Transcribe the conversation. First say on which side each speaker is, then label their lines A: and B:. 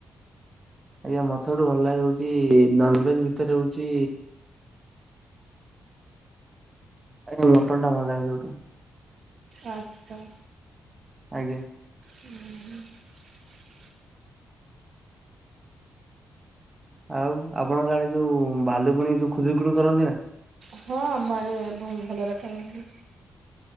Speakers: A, on the right; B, on the right.
A: ଆଜ୍ଞା, ମୋତେ ସବୁଠୁ ଭଲ ଲାଗେ ହଉଛି ନନଭେଜ ଭିତରେ ହଉଛି ଆଜି ମଟନ୍ ଟା ଭଲ ସବୁଠୁ
B: ଆଛା।
A: ଆଜ୍ଞା।
B: <unintelligible>
A: ଆଉ ଆପଣଙ୍କ ଆଡେ ଯୋଉ ଭାଲୁକୁଣି ଯୋଉ ଖୁଦୁରୁକୁଣି କରନ୍ତି ନା
B: ହଁ, ଆମ ଆଡେ ବହୁତ ଭଲରେ କରନ୍ତି।